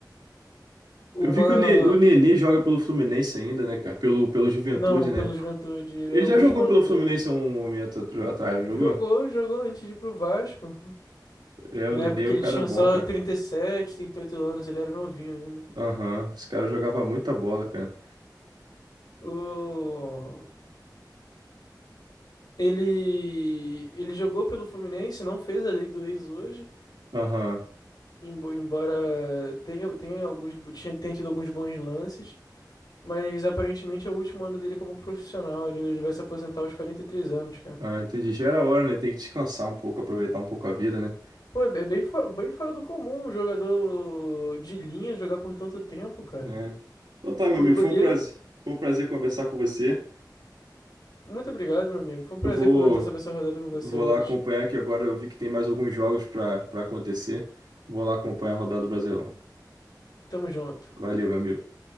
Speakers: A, on the left; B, on the right.
A: uma.
B: Eu vi que o Nenê, o Nenê joga pelo Fluminense ainda, né, cara? Pelo, pelo Juventude,
A: Não,
B: né?
A: pelo Juventude, é
B: Ele
A: o
B: já
A: último
B: jogou
A: ano
B: pelo
A: dele.
B: Fluminense há um momento atr- atrás, não jogou?
A: Jogou, jogou antes de ir pro Vasco.
B: É,
A: E
B: o
A: na
B: Nenê
A: época
B: é
A: que
B: o
A: ele
B: cara
A: tinha
B: bom,
A: só
B: cara.
A: trinta trinta e sete trinta e oito anos, ele era novinho ainda.
B: Aham. Esse cara jogava muita bola, cara.
A: O, ele, ele jogou pelo Fluminense, não fez a lei do ex hoje,
B: Aham.
A: embo- embora tenha, tenha, alguns, bo- tinha, tenha tido alguns bons lances. Mas aparentemente é o último ano dele como profissional. Ele, ele vai se aposentar aos 43 anos, cara.
B: Ah, entendi. Já era hora, né? Tem que descansar um pouco, aproveitar um pouco a vida, né?
A: Pô, é bem, fo- bem fora do comum um jogador de linha jogar por tanto tempo, cara.
B: né? Então tá, meu
A: Porque
B: amigo,
A: goleiro,
B: foi um prazer, foi um prazer conversar com você.
A: muito obrigado, meu amigo. Foi um prazer
B: Eu vou,
A: comentar sobre essa rodada com você
B: vou
A: hoje.
B: lá acompanhar que agora eu vi que tem mais alguns jogos para para acontecer. Vou lá acompanhar a rodada do Brasileirão.
A: Tamo junto.
B: Valeu, meu amigo.